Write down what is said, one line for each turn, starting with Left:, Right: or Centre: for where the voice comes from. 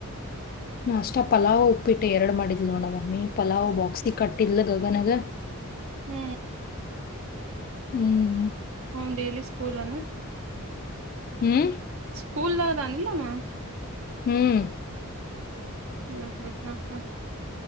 Left: ನಾ ಅಷ್ಟ ಪಲಾವ್ ಉಪ್ಪಿಟ್ಟೆ ಎರಡು ಮಾಡಿದ್ ನೋಣ ಮಮ್ಮಿ ಪಲಾವ್ ಬಾಕ್ಸಿಗೆ ಕಟ್ಟಿದ್ಲ ಗಗನಗ
Right: ಹ್ಞ
Left: ಹ್ಮ್
Right: ಹ್ಞ ಡೇಲಿ ಸ್ಕೂಲ್ನ್
Left: ಹ್ಮ
Right: ಸ್ಕೂಲ್ದದಾನ ಇಲ್ಲಮ್ಮ್
Left: ಹ್ಮ್
Right: ಹ್ಞೂ ಹ್ಞೂ ಹ್ಞೂ ಹ್ಞೂ